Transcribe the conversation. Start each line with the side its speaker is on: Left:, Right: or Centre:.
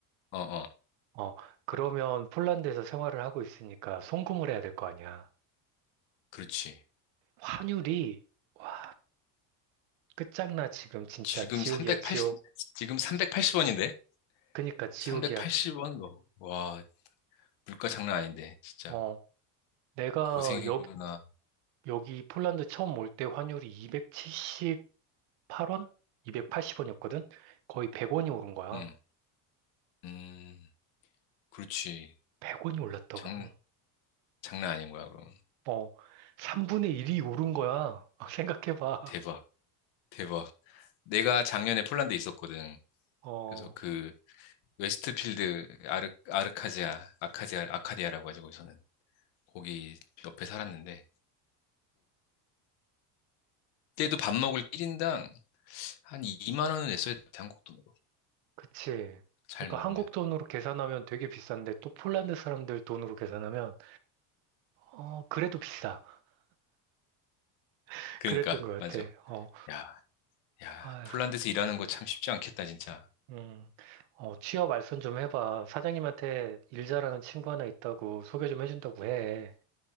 Left: 어, 어,
Right: 어, 그러면 폴란드에서 생활을 하고 있으니까 송금을 해야 될 거 아니야.
Left: 그렇지.
Right: 환율이, 와, 끝장나, 지금. 진짜
Left: 지금
Right: 지옥이야,
Left: 380,
Right: 지옥.
Left: 지금 삼백팔십 원인데?
Right: 그니까 지옥이야.
Left: 삼백팔십 원인데 380원? 뭐, 와, 물가 장난 아닌데. 진짜
Right: 어, 내가
Left: 고생이구나.
Right: 여, 여기 폴란드 처음 올 때 환율이 270, 8원? 280원이었거든? 거의 100원이 오른 거야.
Left: 음, 음, 그렇지.
Right: 100원이 올랐다고.
Left: 장, 장난 아닌 거야, 그럼.
Right: 어, 3분의 1이 오른 거야. <laughs> 생각해봐.
Left: 대박, 대박. 내가 작년에 폴란드에 있었거든.
Right: 어,
Left: 그래서 그, 웨스트필드 아르, 아르카지아, 아카디아, 아카디아라고 하죠, 거기서는. 거기 옆에 살았는데. 그때도 밥 먹을 1인당 한 2만 원은 냈어야 돼, 한국 돈.
Right: 그치.
Left: 잘
Right: 그러니까
Left: 먹으면.
Right: 한국 돈으로 계산하면 되게 비싼데 또 폴란드 사람들 돈으로 계산하면 어, 그래도 비싸. <laughs>
Left: 그러니까
Right: 그랬던 것
Left: 맞아.
Right: 같아. 어,
Left: 야, 야,
Right: 아휴,
Left: 폴란드에서 일하는 거 참 쉽지 않겠다, 진짜.
Right: 음, 어, 취업 알선 좀 해봐. 사장님한테 일 잘하는 친구 하나 있다고 소개 좀 해준다고 해.